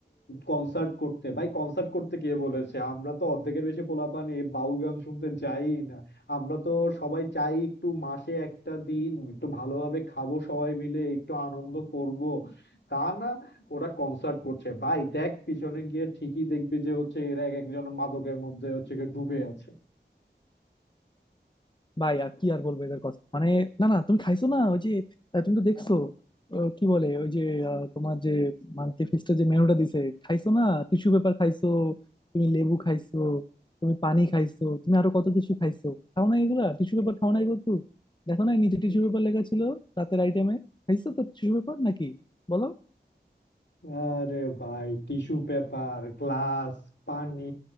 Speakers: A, on the left; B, on the left.
A: কনসার্ট করতে ভাই কনসার্ট করতে কে বলেছে আমরা তো অর্ধেকের বেশি পোলাপান এই বাউল গান শুনতে যাই না আমরা তো সবাই চাই একটু মাসে একটা দিন একটু ভালোভাবে খাবো সবাই মিলে একটু আনন্দ করব তা না ওরা কনসার্ট করছে ভাই দেখ পিছনে গিয়ে ঠিকই দেখবি যে হচ্ছে এরা এক একজন মাদকের মধ্যে হচ্ছে গিয়ে ডুবে আছে
B: ভাই আর কি আর বলবো এদের কথা মানে না না তুমি খাইছো না ওই যে আহ, তুমি তো দেখছো আহ, কি বলে ওই যে আহ, তোমার যে মান্থলি ফিক্সটা যে মেনুটা দিছে খাইছো না টিস্যু পেপার খাইছো তুমি লেবু খাইছো তুমি পানি খাইছো তুমি আরো কত কিছু খাইছো খাও না এগুলা টিস্যু পেপার খাও না এগুলো তো দেখো না নিচে টিস্যু পেপার লেখা ছিল রাতের আইটেমে খাইছো তো টিস্যু পেপার নাকি বলো
A: আরে ভাই টিস্যু পেপার গ্লাস পানি